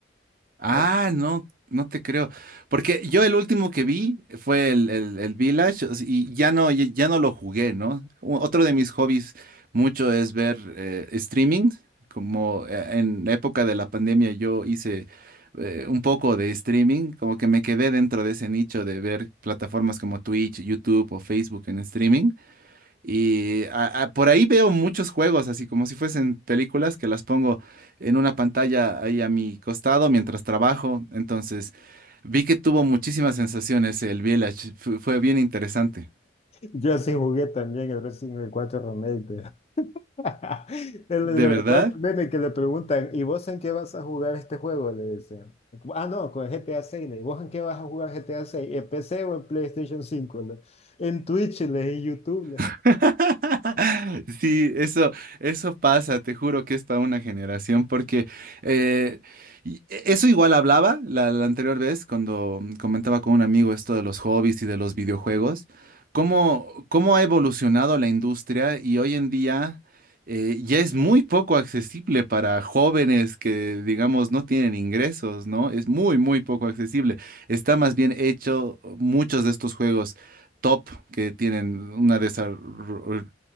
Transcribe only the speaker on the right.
Ah,
no, no te creo. Porque yo el último que vi fue el, el- el Village o sea, y ya no, ya ya no lo jugué, ¿no? U- Otro de mis hobbies mucho es ver eh, streaming. Como eh, en la época de la pandemia yo hice eh, un poco de streaming, como que me quedé dentro de ese nicho de ver plataformas como Twitch, YouTube o Facebook en streaming. Y a- a- por ahí veo muchos juegos, así como si fuesen películas, que las pongo en una pantalla ahí a mi costado mientras trabajo. Entonces, vi que tuvo muchísimas sensaciones el Village. Fu- fue bien interesante.
¿De
verdad?
<laughs> Sí, eso, eso pasa, te juro que es para una generación, porque eh, y- e- eso igual hablaba la, la anterior vez cuando mm, comentaba con un amigo esto de los hobbies y de los videojuegos, cómo, cómo ha evolucionado la industria y hoy en día eh, ya es muy poco accesible para jóvenes que, digamos, no tienen ingresos, ¿no? Es muy, muy poco accesible. Está más bien hecho muchos de estos juegos top que tienen una desarro-